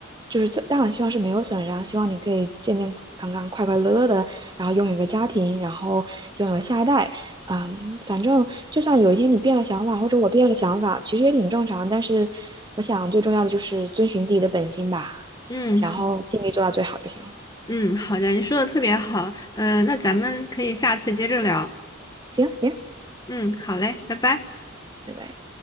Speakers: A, on the right; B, on the left.
A: 就是最，但我希望是没有损伤，希望你可以健健康康、快快乐乐的，然后拥有一个家庭，然后拥有下一代。嗯，反正就算有一天你变了想法，或者我变了想法，其实也挺正常。但是我想最重要的就是遵循自己的本心吧，
B: <laughs> 嗯，
A: 然后尽力做到最好就行了。
B: 好，嗯，好的，你说的特别好，呃，那咱们可以下次接着聊。
A: 行行，
B: 嗯，好嘞，拜拜。
A: 拜拜。